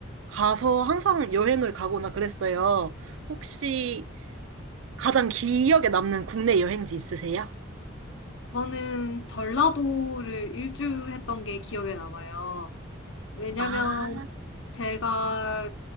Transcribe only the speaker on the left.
저는 전라도를 일주했던 게 기억에 남아요. 왜냐면
제가